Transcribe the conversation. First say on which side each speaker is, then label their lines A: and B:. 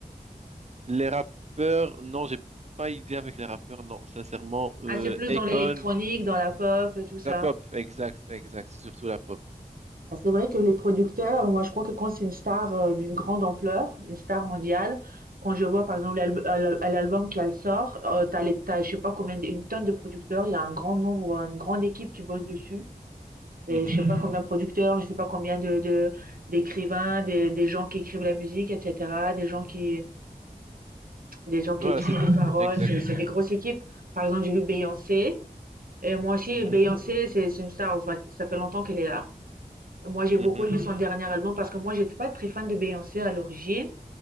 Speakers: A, on the right; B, on the right.
A: Les rappeurs, non, j'ai pas idée avec les rappeurs, non, sincèrement. Euh,
B: Ah, c'est plus
A: Akon,
B: dans l'électronique, dans la pop, tout ça.
A: la pop, exact, exact, c'est surtout la pop.
B: Bah, c'est vrai que les producteurs, moi je crois que quand c'est une star euh, d'une grande ampleur, une star mondiale, quand je vois par exemple l'alb- l'al- l'album qu'elle sort, euh, t'as les, t'as, je sais pas combien, une tonne de producteurs, il y a un grand nombre, une grande équipe qui bosse dessus. Et
A: Mhm.
B: je sais pas <laughs> combien de producteurs, je sais pas combien de, de- d'écrivains, des, des gens qui écrivent la musique, etc., des gens qui, des gens qui
A: Voilà,
B: écrivent
A: c'est
B: les paroles,
A: exact.
B: c'est, c'est des grosses équipes. Par exemple, j'ai vu Beyoncé, et moi aussi,
A: Mhm,
B: Beyoncé, c'est, c'est une star, en fait, ça fait longtemps qu'elle est là. Moi, j'ai beaucoup
A: mhm.
B: aimé son Mhm. dernier album parce que moi, j'étais pas très fan de Beyoncé à l'origine.